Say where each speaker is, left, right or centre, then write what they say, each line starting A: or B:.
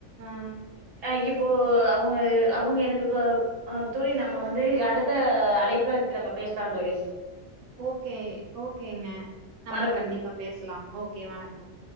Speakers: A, on the right (about 75°); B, on the right (about 50°).
A: ம்.
B: ஆ இப்போ அவுங்க அவுங்க எனக்கு க தோழி நம்ம வந்து அடுத் த்த அழைப்புல நம்ம பேஸ்லா தோழி
A: ஓகே ஓகேங்க நம்ம
B: வணக்கம்
A: கண்டிப்பா பேசலா ஓகே வணக்கம்